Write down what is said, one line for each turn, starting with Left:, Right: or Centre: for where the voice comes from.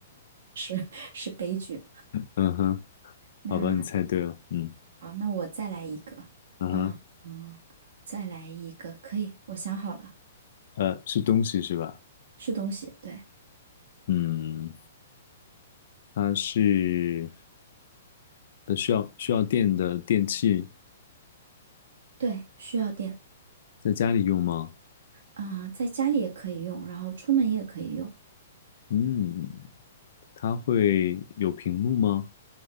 Right: 是 <laughs> 是杯具。
Left: 嗯哼，
Right: 那
Left: 好吧，你猜对了，嗯
Right: 好，那我再来一个，
Left: 嗯哼，
Right: 嗯嗯，再来一个，可以，我想好了，
Left: 呃，是东西是吧？
Right: 是东西，对
Left: 嗯，它是呃需要需要电的电器，
Right: 对，需要电，
Left: 在家里用吗？
Right: 啊、在家里也可以用，然后出门也可以用。
Left: 嗯，它会有屏幕吗？